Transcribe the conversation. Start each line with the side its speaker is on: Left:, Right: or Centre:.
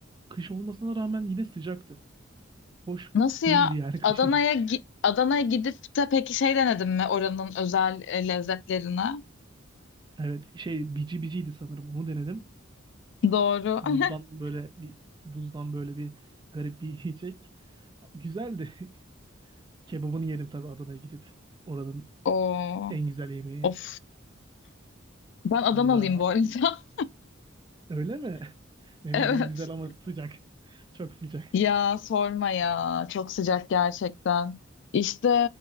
Right: kış olmasına rağmen yine sıcaktı. Hoş
Left: nasıl
Right: değildi
Left: ya?
Right: yani <laughs> kışın.
Left: Adana'ya gi- Adana'ya gidip de peki şey denedin mi oranın özel e, lezzetlerine?
Right: Evet, şey bici biciydi sanırım. Onu denedim.
Left: Doğru.
Right: Buzdan
Left: <laughs>
Right: böyle bir buzdan böyle bir garip bir yiyecek. Güzeldi. <laughs> Kebabını yedim tabii Adana'ya gidip. Oranın
Left: Oo,
Right: en güzel yemeği.
Left: of. Ben Adanalıyım
Right: Sonra
Left: bu arada.
Right: öyle mi? <laughs> Memleketin
Left: <laughs> Evet.
Right: güzel ama sıcak. <laughs> Çok sıcak.
Left: Ya sorma ya. Çok sıcak gerçekten. İşte